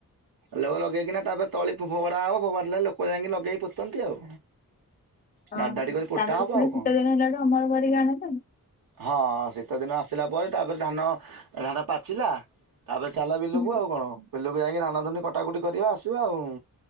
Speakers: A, on the right; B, on the left.
A: ଲୋକ ଲଗେଇକିନା ତାପରେ ତଳି ଭୋଡ଼ା ହେବ ଭୋଡା ହେଲେ ଲୋକ ଯାଇକି ଲଗେଇକି କରୁଛନ୍ତି ଆଉ
B: ଓହୋ
A: ଧାଡି ଧାଡି କରି ପୋତା
B: ତାପରେ
A: ହବ
B: ପୁଣି
A: ଆଉ
B: ଶୀତଦିନ
A: କଣ?
B: ହେଲାଠୁ ଅମଳ କରିିକି ଆଣିବେ
A: ହଁ ଶୀତଦିନ ଆସିଲା ପରେ ତାପରେ ଧାନ ଧାନ ପାଚିଲା ତାପରେ ଚାଲ ବିଲକୁ
B: ହୁଁ
A: ଆଉ କଣ ବିଲକୁ ଯାଇକି ଧାନ ଧୁନି କଟାକଟି କରିବା ଆସିବା ଆଉ